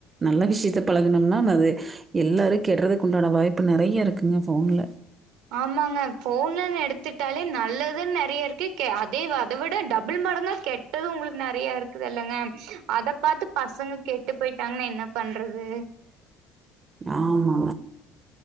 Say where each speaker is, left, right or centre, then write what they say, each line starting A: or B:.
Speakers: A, on the right (about 25°); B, on the right (about 85°).
A: நல்ல விஷ்யத்த பழகுனம்னா நல்லது எல்லாரு கெட்டுறதுக்கு உண்டான வாய்ப்பு நெறைய இருக்குங்க ஃபோன்ல
B: ஆமாங்க ஃபோன்லன்னு எடுத்துட்டாலே நல்லது நெறைய இருக்கு கே அ தேவ் அத விட டபுள் மடங்கா கெட்டதும் உங்களுக்கு நெறைய இருக்குது இல்லங்க அத பாத்து பசங்க கெட்டு போயிட்டாங்கன்னா என்ன பண்றது
A: ஆமா